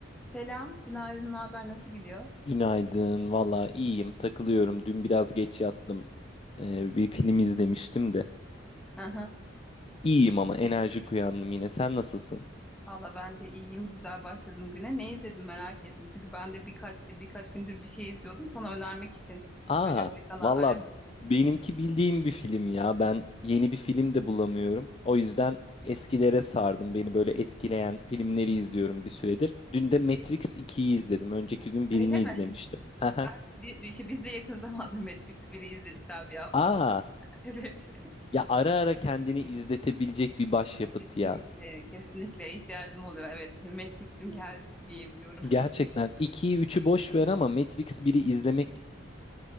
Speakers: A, in the centre; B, on the left (about 30°).
A: Selam, günaydın, ne haber, nasıl gidiyor?
B: Günaydın. Valla iyiyim. Takılıyorum. Dün biraz geç yattım. Ee, bir film izlemiştim de.
A: Aha
B: İyiyim ama enerjik uyandım yine. Sen nasılsın?
A: Valla ben de iyiyim, güzel başladım güne. Ne izledim merak ettim. Çünkü ben de birkaç birkaç gündür bir şey izliyordum. Sana önermek için
B: Aa,
A: böyle o yüzden aradım.
B: valla benimki bildiğin bir film ya. Ben yeni bir film de bulamıyorum. O yüzden eskilere sardım. Beni böyle etkileyen filmleri izliyorum bir süredir. Dün de Matrix 2'yi izledim. Önceki gün birini
A: <laughs> Öyle mi?
B: izlemiştim. <laughs> Aha.
A: Ben de, bir, bir, işte biz de yakın <laughs> zamanda Matrix biri izledik daha bir hafta
B: Aa,
A: oldu. <laughs> Evet.
B: ya ara ara kendini izletebilecek bir başyapıt
A: Kesinlikle,
B: ya.
A: kesinlikle ihtiyacım oluyor. Evet, Matrix'im geldi diyebiliyorum.
B: Gerçekten 2'yi üçü boş ver ama Matrix biri izlemek